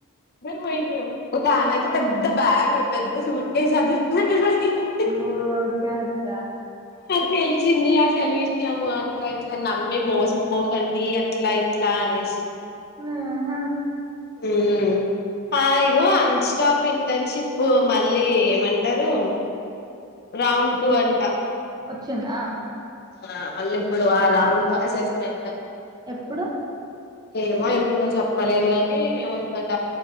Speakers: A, on the left (about 45°); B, on the right (about 20°).
A: పోయిండు ఒకామైతే పెద్దబ్యాగ్ పె ఉ సూట్కేస్ సాదురు కొని ని
B: ఓ కథ
A: తెలివి వచ్చంది అసలు విషయము అట్లా ఇట్లా నమ్మి మోసపోకండి అట్లా ఇ ఇట్ల అనేషి
B: హూహు
A: ఊమ్ ఆ ఇగో అన్ స్టాప్ ఇంటర్న్షిప్ మళ్ళీ ఏమంటరు రౌంటూ అంట
B: ఒచ్చిందా
A: ఆ మళ్ళీప్పుడు ఆ రాడ్ అసిస్మెంట్
B: ఎప్పుడు
A: ఏమో ఎప్పుడో చెప్పలేదుకని ఉందట